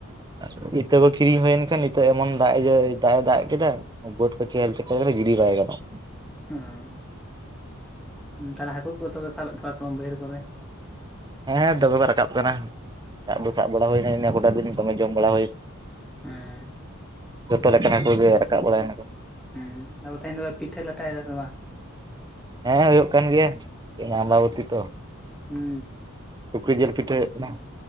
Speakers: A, on the right (about 20°); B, in the centre.
A: ᱮᱸᱻᱻ ᱵᱤᱫ ᱤᱛᱟᱹ ᱠᱚ ᱠᱤᱨᱤᱧ ᱦᱩᱭᱮᱱ ᱠᱷᱟᱱ ᱱᱤᱛᱚᱜ ᱮᱢᱚᱱ ᱫᱟᱜ ᱮ ᱡᱚ ᱫᱟᱜ ᱮ ᱫᱟᱜ ᱠᱮᱫᱟ ᱵᱟᱹᱫᱽ ᱠᱚ ᱪᱮᱦᱮᱞ ᱪᱮᱯᱮᱞ ᱨᱮ ᱜᱤᱰᱤ ᱵᱟᱭ ᱜᱟᱱᱚᱜ
B: ᱚ ᱛᱟᱞᱦᱮ ᱦᱟᱹᱠᱩ ᱠᱚ ᱛᱚᱵᱮ ᱥᱟᱵᱮᱫ ᱠᱚᱣᱟ ᱥᱮ ᱵᱟᱝ ᱵᱟᱹᱭᱦᱟᱹᱲ ᱠᱚᱨᱮ?
A: ᱦᱮᱸ ᱫᱚᱢᱮ ᱠᱚ ᱨᱟᱠᱟᱵ ᱠᱟᱱᱟ ᱫᱟᱜ ᱫᱚ ᱥᱟᱵ ᱵᱟᱲᱟ ᱦᱩᱭᱱᱟ ᱤᱱᱟᱹ ᱠᱚᱴᱟ ᱫᱤᱱ ᱫᱚᱢᱮ ᱡᱚᱢ ᱵᱟᱲᱟ ᱦᱩᱭᱱᱟ।
B: ᱦᱮᱸ
A: ᱡᱚᱛᱚ ᱞᱮᱠᱟᱱ ᱦᱟᱠᱳ ᱜᱮ ᱨᱟᱠᱟᱵ ᱵᱟᱲᱟᱭᱱᱟ ᱠᱚ
B: ᱦᱩᱸ ᱟᱫᱚ ᱛᱮᱦᱮᱧ ᱫᱚ ᱯᱤᱴᱷᱟᱹ ᱞᱟᱴᱷᱟᱭᱮᱫᱟ ᱥᱮ ᱵᱟᱝ?
A: ᱦᱮᱸ ᱦᱳᱭᱳᱜ ᱠᱟᱱ ᱜᱮᱭᱟ ᱛᱮᱦᱮᱧ ᱟᱢᱵᱟᱵᱚᱛᱤ ᱛᱚ।
B: ᱦᱩᱸ
A: ᱥᱩᱠᱨᱤ ᱡᱮᱞ ᱯᱤᱴᱷᱟᱹ ᱦᱮᱡ ᱟᱠᱟᱱᱟ